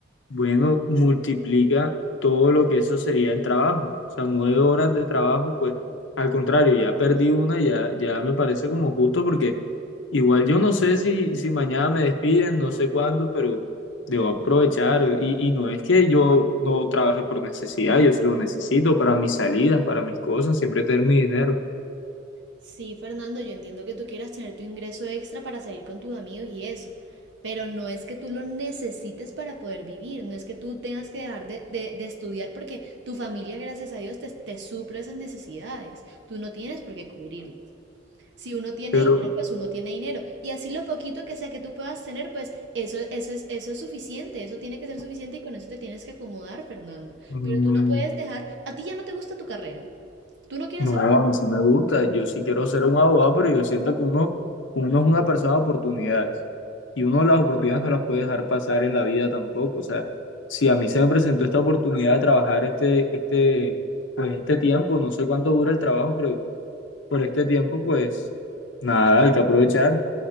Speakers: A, on the left; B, on the right.
A: Bueno, multiplica todo lo que eso sería en trabajo. O sea, nueve horas de trabajo, pues al contrario, ya perdí una, ya, ya me parece como justo porque igual yo no sé si, si mañana me despiden, no sé cuándo, pero debo aprovechar. Y, y no es que yo no trabaje por necesidad, yo sí lo necesito para mis salidas, para mis cosas, siempre tener mi dinero.
B: Sí, Fernando, yo entiendo que tú quieras tener tu ingreso extra para salir con tus amigos y eso, pero no es que tú lo necesites para poder vivir, no es que tú tengas que dejar de, de- de estudiar porque tu familia, gracias a Dios, te, te suple esas necesidades. Tú no tienes por qué cubrirlo. Si uno tiene
A: pero
B: dinero, pues uno tiene dinero. Y así lo poquito que sea que tú puedas tener, pues eso, eso es, eso es suficiente, eso tiene que ser suficiente y con eso te tienes que acomodar, Fernando.
A: Mm,
B: Pero tú no puedes dejar, a ti ya no te gusta tu carrera. Tú no quieres
A: No,
B: ser...
A: a mí sí me gusta. Yo sí quiero ser un abogado, pero yo siento que uno, uno es una persona de oportunidades y uno las oportunidades no las puede dejar pasar en la vida tampoco. O sea, si a mí se me presentó esta oportunidad de trabajar este, este, pues este tiempo, no sé cuánto dura el trabajo, pero por este tiempo, pues nada, hay que aprovechar.